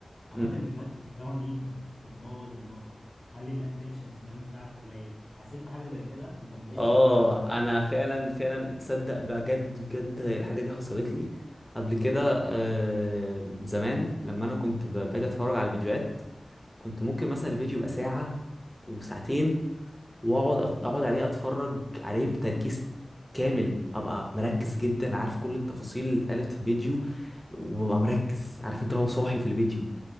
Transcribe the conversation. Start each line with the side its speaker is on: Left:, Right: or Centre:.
Left: عامه
Centre: مم.
Left: الفيديوهات القصيره دي بتبوظ المخ تخلي الاتنشن سبان بتاعك قليل حسيت بحاجه زي كده انت ما بقتش
Centre: اه
Left: تقعد وقت كبير
Centre: انا
Left: على
Centre: فعلا
Left: حاجه
Centre: فعلا اتصدق بجد بجد الحاجة دي حصلت لي قبل كده آه زمان لما انا كنت ب- باجي اتفرج على فيديوهات كنت ممكن مثلا الفيديو يبقى ساعة وساعتين واقعد اقعد عليه اتفرج عليه بتركيز كامل ابقى مركز جدا عارف كل التفاصيل اللي اتقالت في الفيديو وببقى مركز عارف انت لو صاحي في الفيديو